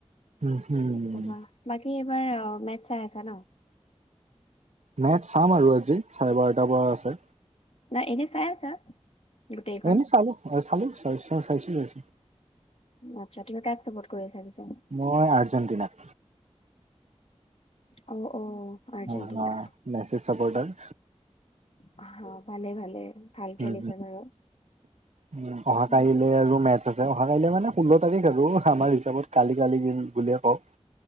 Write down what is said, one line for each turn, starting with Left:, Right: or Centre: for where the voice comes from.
Right: উম, হম।
Left: কবা বাকী এইবাৰ অ মেটচ চাই আছা ন'?
Right: মেটচ চাম আৰু আজি, চাৰে বাৰটাৰ পৰা আছে।
Left: নাই এনে চাই আছা? গোটেইখন?
Right: এনে চালোঁ, চালোঁ চাইচ চাইছোঁ, চাইছোঁ।
Left: আচ্ছা, তুমি কাক চাপোৰ্ট কৰি আছা পিছে?
Right: মই আৰ্জেণ্টিনাক।
Left: অ', অ। আৰ্জেণ্টিনা
Right: অ, অ। মেছি চাপৰ্টাৰ-
Left: অ, ভালে। ভালে। ভাল খেলিছে
Right: উম,
Left: বাৰু।
Right: উম। অহাকালিলৈ
Left: উম,
Right: আৰু মেটচ আছে। অহাকাইলে মানে ষোল্ল তাৰিখ আৰু খানাৰ হিচাপত কালি কালি বুলিয়ে কওঁ।